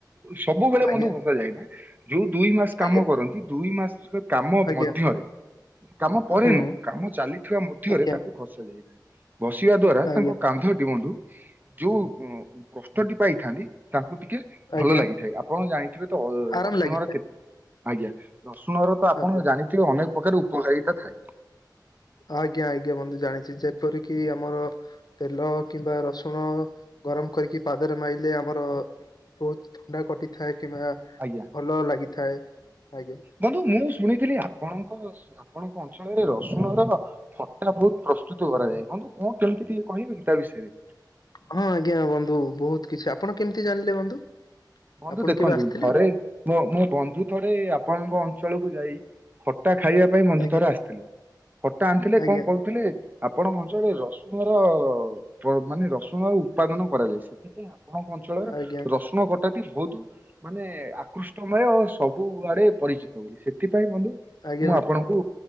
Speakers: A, on the right (about 25°); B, on the left (about 60°).
A: ସବୁବେଳେ
B: ଆଜ୍ଞା
A: ବନ୍ଧୁ ଭସା ଯାଏନା ଯୋଉ ଦୁଇ ମାସ
B: ଆଜ୍ଞା
A: କାମ କରନ୍ତି ଦୁଇ ମାସ କାମ
B: ଆଜ୍ଞା
A: ମଧ୍ୟରେ
B: ଆଜ୍ଞା
A: କାମ ପରେ
B: ହୁଁ
A: ନୁହଁ କାମ ଚାଲିଥିବା ମଧ୍ୟରେ
B: ଆଜ୍ଞା
A: ତାକୁ ଭସା ଯାଇଥାଏ ଭସିବା ଦ୍ଵାରା
B: ଆଜ୍ଞା
A: ତାଙ୍କ କାନ୍ଧ ଟି ବନ୍ଧୁ ଯୋଉ କଷ୍ଟଟି ପାଇଥାନ୍ତି ତାଙ୍କୁ ଟିକେ
B: ଆଜ୍ଞା
A: ଭଲ ଲାଗିଥାଏ ଆପଣ ଜାଣିଥିବେ ତ ଅ
B: ଆରାମ
A: ରସୁଣର
B: ଲାଗିଥାଏ
A: କେତେ ଆଜ୍ଞା ରସୁଣର ତ ଆପଣ
B: ଆଜ୍ଞା
A: ଜାଣିଥିବେ ଅନେକ ପ୍ରକାର ଉପଘାରିତା ଥାଏ।
B: ଆଜ୍ଞା ଆଜ୍ଞା ବନ୍ଧୁ ଜାଣିଛି ଯେପରିକି ଆମର ତେଲ କିମ୍ବା ରସୁଣ ଗରମ କରିକି ପାଦରେ ମାଇଲେ ଆମର ବହୁତ ଥଣ୍ଡା କଟିଥାଏ କିମ୍ବା
A: ଆଜ୍ଞା।
B: ଭଲ ଲାଗିଥାଏ। ଆଜ୍ଞା।
A: ବନ୍ଧୁ ମୁଁ ଶୁଣିଥିଲି ଆପଣଙ୍କ ଆପଣଙ୍କ ଅଞ୍ଚଳରେ ରସୁଣ ର ସେଇଟା ବହୁତ ପ୍ରସ୍ତୁତ କରାଯାଏ ବନ୍ଧୁ କଣ କେମିତି ଟିକେ କହିବେ ତା ବିଷୟରେ।
B: ହଁ ଆଜ୍ଞା ବନ୍ଧୁ ବହୁତ କିଛି ଆପଣ କେମିତି ଜାଣିଲେ ବନ୍ଧୁ?
A: ବନ୍ଧୁ
B: ଆପଣ
A: ଦେଖନ୍ତୁ
B: କେବେ ଆସିଥିଲେ?
A: ଥରେ ମୋ ମୋ ବନ୍ଧୁ ଥରେ ଆପଣଙ୍କ ଅଞ୍ଚଳକୁ ଯାଇ ଖଟା ଖାଇବା ପାଇଁ ମନ୍ଧୁ
B: କି?
A: ଥର ଆସିଥିଲେ ଖଟା ଆଣିଥିଲେ
B: ଆଜ୍ଞା
A: କଣ କହୁଥିଲେ? ଆପଣ କଛନ୍ତିଟେ ରସୁଣ ର ମାନେ ରସୁଣର ଉତ୍ପାଦନ କରାଯାଏ ସେଥିପାଇଁ ଆପଣ କ ଅଚଳର
B: ଆଜ୍ଞା ଆଜ୍ଞା
A: ରସୁଣ କଟାଟି ବହୁତ ମାନେ ଆକୃଷ୍ଟମୟ ସବୁ ଆଡେ ପରିଚିତ ବୋଲି ସେଥିପାଇଁ ବନ୍ଧୁ
B: ଆଜ୍ଞା
A: ମୁଁ
B: ବନ୍ଧୁ
A: ଆପଣଙ୍କୁ